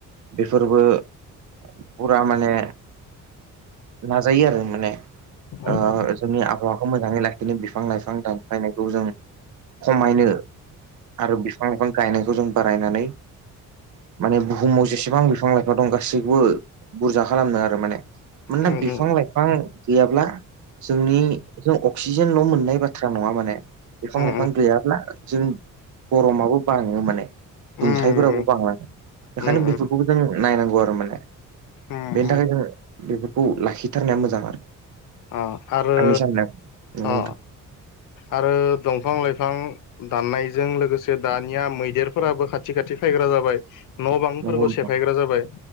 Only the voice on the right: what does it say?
बेफोरबो फुरा माने नाजायो आरो माने
ओ जोंनि आबहावाखौ मोजाङै लाखिनो बिफां लाइफां दानफायनाय खौ जों खमायनो आरो बिफां लाइफां गायनायखौ जों बारायनानै माने बुहुमाव जेसेबां बिफां लाइफां दं गासैखौबो बुरजा खालामदों आरो माने मानोना
बिफां
लाइफां गैयाब्ला जोंनि जों अक्सिजेनल' मोननाय बाथ्रा नङा माने बिफां
लाइफां गैयाब्ला जों खमाबो बाङो माने दुंथायफोराबो
बांलाङो बेखायनो
बेफोरखौबो जों नायनांगौ आरो माने
बेनि
थाखाय जोङो बेफोरखौ लाखिथारनाया मोजां आरो
आंनि साननायाव नंगौ
नोंथां